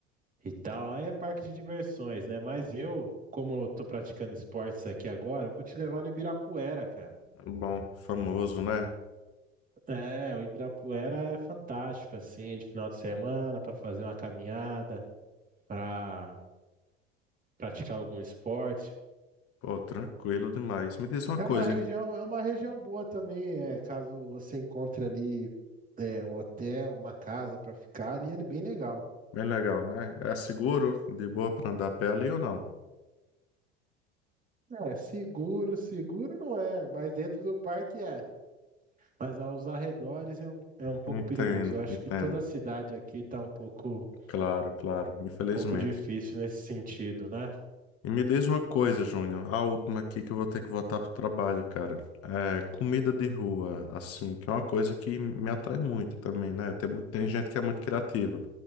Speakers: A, on the right; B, on the left.
A: e tal. Aí é parque de diversões, né? Mas eu, como eu tô praticando esportes aqui agora, eu vou te levar no Ibirapuera, cara.
B: Bom, famoso, né?
A: É, o Ibirapuera é fantástico, assim, de final de semana, para fazer uma caminhada, para praticar algum esporte.
B: Pô, tranquilo demais. Me diz uma
A: É
B: coisa,
A: uma região, é uma região boa também, é, caso você encontre ali é, um hotel, uma casa para ficar ali, ele é bem legal.
B: Bem legal, né? É seguro, de boa para andar a pé ali ou não?
A: É, seguro, seguro não é, mas dentro do parque é. Mas aos arredores é um, é um pouco
B: Entendo,
A: perigoso. Eu acho
B: entendo.
A: que toda a cidade aqui tá um pouco,
B: Claro, claro, infelizmente.
A: um pouco difícil nesse sentido, né?
B: E me diz uma coisa, Júnior, a última aqui que eu vou ter que voltar pro trabalho, cara. É comida de rua, assim, que é uma coisa que me atrai muito também, né? Tem, muito- tem gente que é muito criativa.